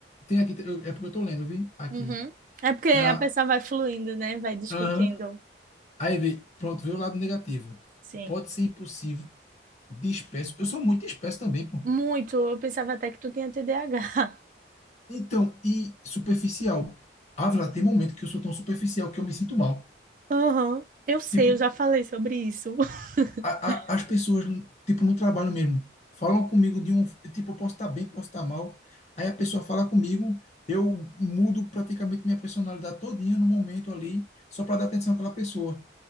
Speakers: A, on the left; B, on the right.
A: tem aqui, eu- é porque eu tô lendo, vi? Aqui,
B: uhum. É porque a
A: tá?
B: pessoa vai fluindo, né? Vai discutindo.
A: Aham. Aí vê, pronto, veio o lado negativo.
B: Sim.
A: Pode ser impulsivo, disperso. Eu sou muito disperso também, pô.
B: Muito. Eu pensava até que tu tinha TDAH. <laughs>
A: Então, e superficial. Ah, lá tem momento que eu sou tão superficial que eu me sinto mal.
B: Aham. Eu sei,
A: Tipo,
B: eu já falei sobre isso.
A: a,
B: <laughs>
A: a, as pessoas, tipo, no trabalho mesmo, falam comigo de um. Tipo, eu posso estar bem, posso estar mal. Aí a pessoa fala comigo, eu mudo praticamente minha personalidade todinha no momento ali, só para dar atenção àquela pessoa.